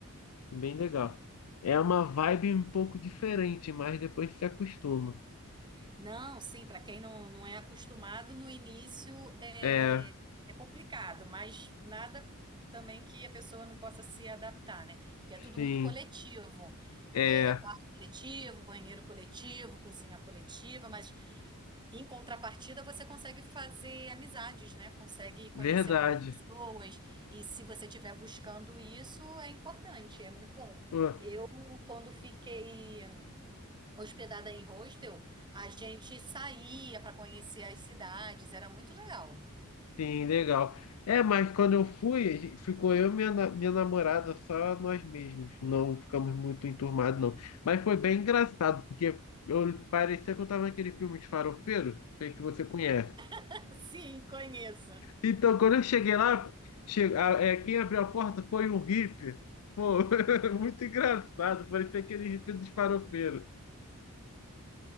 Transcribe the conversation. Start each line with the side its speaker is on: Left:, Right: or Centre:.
Left: Bem
Right: Muito
Left: legal.
Right: bom.
Left: É uma vibe um pouco diferente, mas depois se acostuma.
Right: Não, sim, para quem não, não é acostumado, no início é,
Left: É,
Right: é complicado, mas nada também que a pessoa não possa se adaptar, né? Porque é tudo
Left: sim,
Right: muito coletivo.
Left: é
Right: É, é quarto coletivo, banheiro coletivo, cozinha coletiva, mas em contrapartida você consegue fazer amizades, né? Consegue conhecer
Left: verdade.
Right: novas pessoas. E se você estiver buscando isso, é importante, é muito bom.
Left: Pô,
Right: Eu, quando fiquei hospedada em hostel, a gente saía para conhecer as cidades, era muito legal.
Left: Sim, legal. É, mas quando eu fui, a gente- ficou eu e minha, na- minha namorada, só nós mesmos. Não ficamos muito enturmados, não. Mas foi bem engraçado, porque eu parecia que eu tava naquele filme de farofeiro, sei que você conhece.
Right: <laughs> Sim, conheço.
Left: Então, quando eu cheguei lá, che- a- é, quem abriu a porta foi um hippie. Pô, <laughs> muito engraçado, parecia aquele hippie dos farofeiros.